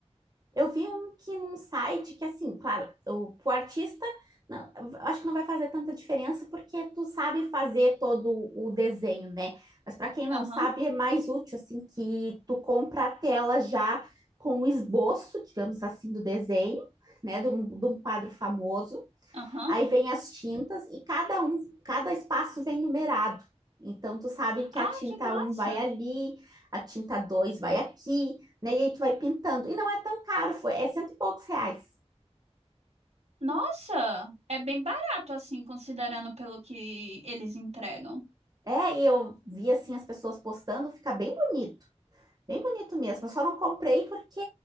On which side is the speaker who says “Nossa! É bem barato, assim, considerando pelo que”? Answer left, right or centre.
Right